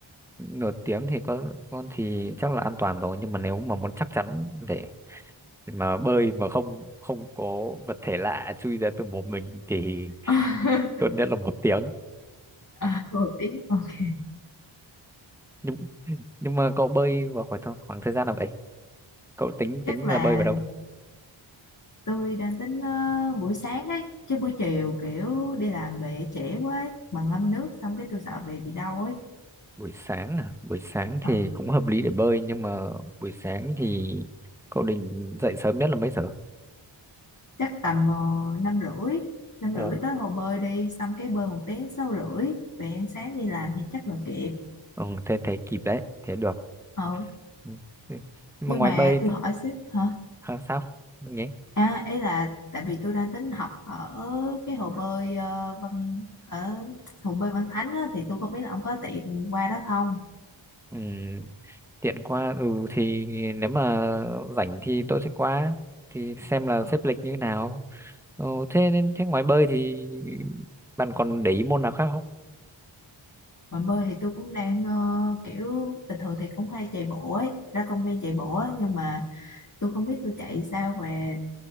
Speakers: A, in the centre; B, on the left.
A: nửa tiếng thì có con thì chắc là an toàn rồi nhưng mà nếu mà muốn chắc chắn để mà bơi mà không không có vật thể lạ chui ra từ mồm mình thì
B: <laughs>
A: tốt nhất là một tiếng
B: à, một tiếng ok
A: nhưng nhưng mà cậu bơi vào khoảng thời- khoảng thời gian nào vậy cậu tính
B: chắc
A: tính
B: là
A: là bơi vào đâu
B: tôi đang tính ờ, buổi sáng ấy chứ buổi chiều kiểu đi làm về trễ quá ấy. mà ngâm nước xong cái tôi sợ về bị đau ấy
A: buổi sáng à buổi sáng
B: Ờ.
A: thì cũng hợp lý để bơi nhưng mà buổi sáng thì cậu định dậy sớm nhất là mấy giờ
B: chắc tầm ờ, năm rưỡi năm
A: ồ
B: rưỡi tới hồ bơi đi xong cái bơi một tiếng sáu rưỡi về ăn sáng đi làm thì chắc là kịp
A: ừ, thế thế kịp đấy thế được
B: ừ
A: ừ. ừ. nhưng
B: nhưng
A: mà ngoài
B: mà
A: bơi
B: tôi
A: thì-
B: hỏi xíu hả
A: à, sao Mình nhé
B: à ấy là tại vì tôi đang tính học ở cái hồ bơi ờ, Văn ở hồ bơi Văn Thánh á, thì tôi không biết là ông có tiện qua đó không
A: ừ. tiện qua ừ thì nếu mà rảnh thì tôi sẽ qua thì xem là
B: Ờ,
A: xếp lịch như thế nào ừ, thế nên thế ngoài bơi thì bạn còn để ý môn nào khác không
B: mà bơi thì tôi cũng đang ờ, kiểu bình thường thì cũng hay chạy bộ ấy ra công viên chạy bộ á, nhưng mà tôi không biết tôi chạy sao mà